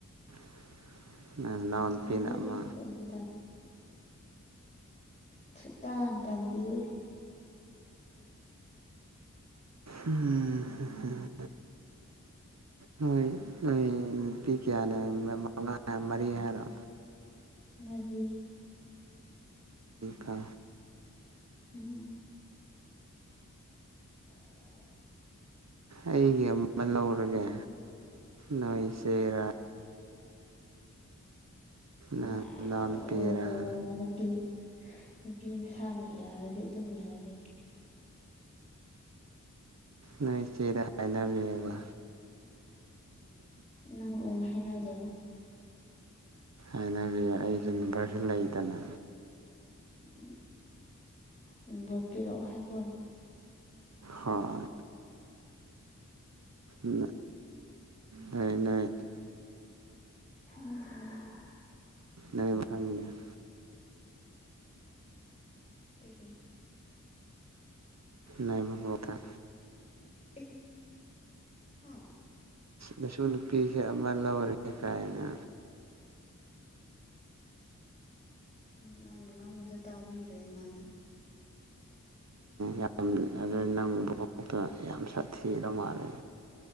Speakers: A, on the right; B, on the left.
A: <inaudible> ꯅꯅꯥꯎꯟꯄꯤꯤꯅ
B: ꯇꯜꯂꯦꯍꯦ
A: ꯑꯃ
B: ꯀꯩꯒꯤ ꯁꯠꯇ ꯑ ꯇꯟꯕꯤꯤꯔ
A: ꯎꯝ ꯅꯣꯏ ꯅꯣꯏ ꯅꯨꯄꯤ ꯀꯌꯥꯅꯦ ꯃꯉꯥ ꯍꯥꯏ ꯃꯔꯤ ꯍꯥꯏꯔꯣ
B: ꯃꯔꯤ
A: ꯀꯥ
B: ꯎꯝ <unintelligible> <inaudible>
A: ꯑꯩꯒꯤ ꯑꯃ ꯂꯧꯔꯒꯦ ꯅꯣꯏ ꯆꯦꯔꯥ
B: ꯑꯥ
A: ꯂꯟꯗꯟ
B: ꯂꯧꯑꯣ
A: ꯄꯦꯔꯥꯜ
B: ꯂꯧꯑꯣ ꯅꯨꯄꯤ ꯅꯨꯄꯤ ꯃꯁꯥꯅ ꯌꯥꯎꯔꯗꯤ ꯑꯗꯨꯝ ꯌꯥꯔꯦ
A: ꯅꯣꯏ ꯆꯦꯔ ꯍꯥꯏꯗꯕꯤꯕꯥ
B: ꯅꯪ ꯑꯣꯏꯅꯅ ꯍꯩꯅꯖꯔꯣ
A: ꯍꯥꯏꯅꯕꯤ ꯑꯩꯒꯤ ꯅꯝꯕꯔꯁꯨ ꯂꯩꯗꯅ
B: ꯎꯝꯕ ꯅꯝꯕꯔ ꯄꯤꯔꯛ ꯑꫭ ꯍꯥꯏꯕ꯭ꯔꯣ
A: ꯍꯣꯏ ꯎ ꯍ ꯅ <unintelligible>
B: ꯎꯝ <unintelligible>
A: ꯅꯣꯏ ꯃ ꯊꯥꯡꯅꯦ <unintelligible>
B: ꯀꯔꯤ
A: ꯕꯕꯗ <unintelligible>
B: ꯑꯦ ꯍꯥ
A: ꯅꯁꯨ ꯅꯨꯄꯤꯁꯦ ꯑꯃ ꯂꯧꯔꯒꯦ ꯀꯥꯏꯅ
B: ꯅꯪꯅ ꯉꯥꯡꯕꯁꯨ ꯇꯥꯕꯤꯔꯣꯏ ꯏꯃꯥꯅ
A: ꯌꯥꯝ ꯑꯗꯨ ꯅꯪ ꯚꯨꯕꫭꯛꯇ ꯌꯥꯝ ꯁꯥꯊꯤꯔ ꯃꯥꯂꯦ